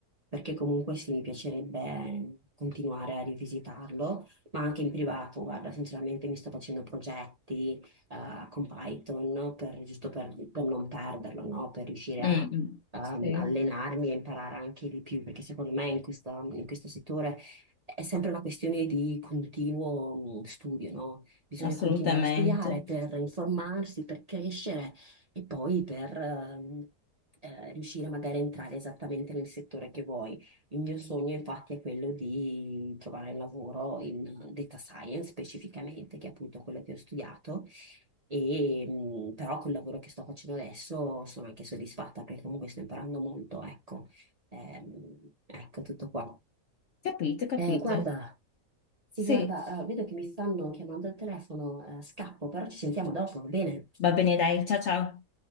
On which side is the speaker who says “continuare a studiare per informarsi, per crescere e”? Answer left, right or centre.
Right